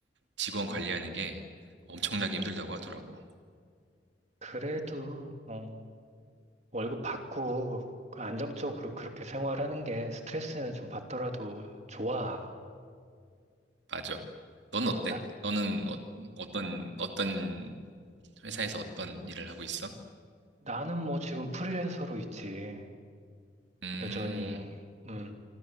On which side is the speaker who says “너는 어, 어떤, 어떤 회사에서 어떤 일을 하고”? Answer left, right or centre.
Right